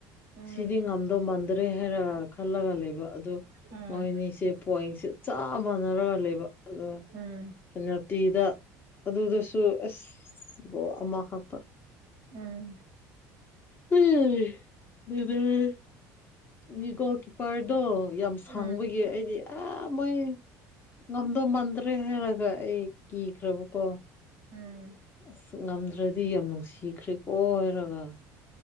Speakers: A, on the right; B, on the left.
A: ꯎꯝ
B: ꯁꯤꯗꯤ ꯉꯝꯗꯧ ꯃꯥꯟꯗꯔꯦ ꯍꯥꯏꯔ ꯈꯜꯂꯒ ꯂꯩꯕ ꯑꯗꯨ
A: ꯎꯝ
B: ꯃꯣꯏꯅꯤꯁꯦ ꯄꯣꯏꯟꯁꯦ ꯆꯞ ꯃꯥꯟꯅꯔꯒ ꯂꯩꯕ ꯑꯗꯨꯒ
A: ꯎꯝ
B: ꯄꯦꯅꯥꯜꯇꯤꯗ ꯑꯗꯨꯗꯁꯨ ꯑꯁ ꯒꯣꯜ ꯑꯃꯈꯛꯇ
A: ꯎꯝ
B: ꯂꯣꯏ ꯕꯦꯔꯥꯅꯤ <unintelligible> ꯒꯣꯜ ꯀꯤꯞꯄꯔꯗꯣ ꯌꯥꯝ ꯁꯥꯡꯕꯒꯤ
A: ꯎꯝ
B: ꯑꯩꯗꯤ ꯑꯥ ꯃꯨꯏ ꯉꯝꯗꯧ ꯃꯟꯗ꯭ꯔꯦ ꯍꯥꯏꯔꯒ ꯑꯩ ꯀꯤꯈ꯭ꯔꯕꯀꯣ
A: ꯎꯝ
B: ꯑꯁ ꯉꯝꯗ꯭ꯔꯗꯤ ꯌꯥꯝ ꯅꯨꯡꯁꯤꯈ꯭ꯔꯦꯀꯣ ꯍꯥꯏꯔꯒ